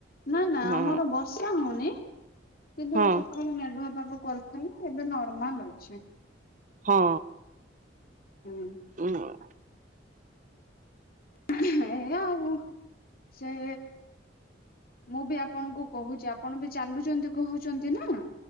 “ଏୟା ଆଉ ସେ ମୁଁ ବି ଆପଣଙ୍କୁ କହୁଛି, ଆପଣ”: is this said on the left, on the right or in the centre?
Left